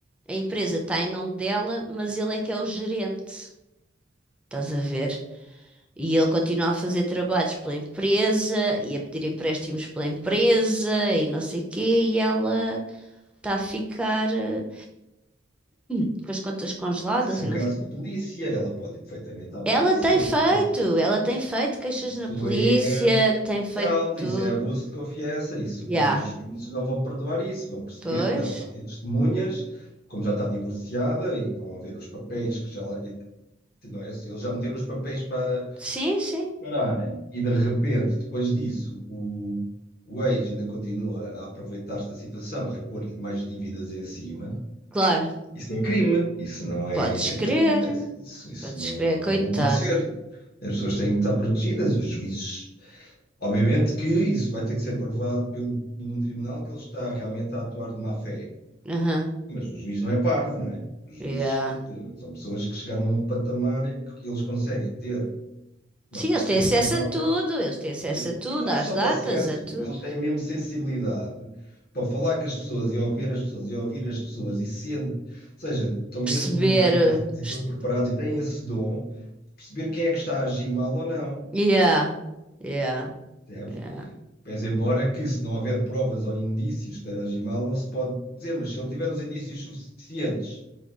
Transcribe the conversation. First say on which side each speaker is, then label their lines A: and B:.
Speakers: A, in the centre; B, on the left.
A: a empresa está em nome dela, mas ele é que é o gerente, estás a ver? E ele continua a fazer trabalhos pela empresa e a pedir empréstimos pela empresa e não sei quê, e ela está a ficar eh, hum, com as contas congeladas
B: Se isso
A: e
B: é
A: não
B: caso
A: sei o quê.
B: de polícia, ela pode ir perfeitamente à polícia,
A: Ela tem feito,
B: não é? Quer dizer,
A: ela tem feito queixas
B: isso
A: na polícia,
B: é
A: tem feito
B: fraude,
A: tudo.
B: isso é abuso de confiança, isso
A: Já,
B: pois os juízes não vão perdoar isso, vão perceber,
A: pois.
B: ela vai ter testemunhas como já está divorciada, e vão haver os papéis que já lá- não é? Se Eles já meteram os papéis para
A: Sim, sim.
B: pararem e de repente, depois disso, o, o ex ainda continua a aproveitar-se da situação e a pôr-lhe mais dívidas em cima.
A: Claro,
B: Isso é crime, isso não é,
A: podes
B: isso é
A: crer,
B: crime, quer dizer, isso, isso
A: podes
B: não,
A: crer, coitada.
B: não pode ser. As pessoas têm que estar protegidas, os juízes. Obviamente que isso vai ter que ser provado pelo, num tribunal que ele está realmente a atuar de má fé.
A: Aham,
B: Mas o juiz não é parvo, não é? Os juízes,
A: yeah.
B: quer dizer, são pessoas que chegaram a um patamar em que eles conseguem ter uma
A: Sim,
B: percepção.
A: eles têm acesso a tudo, eles têm acesso
B: tem-
A: a tudo,
B: E não
A: às
B: é só
A: datas,
B: o acesso,
A: a tudo.
B: eles têm a mesma sensibilidade para falar com as pessoas e ouvir as pessoas e ouvir as pessoas e sendo, ou seja, estão mesmo
A: Perceber.
B: treinados
A: eh,
B: e
A: est-
B: foram preparados e têm esse dom de perceber quem é que está a agir mal ou não,
A: Yeah, yeah,
B: percebes?
A: yeah.
B: Pese embora que se não houver provas ou indícios que esteja a agir mal, não se pode dizer, mas se ele tiver os indícios suficientes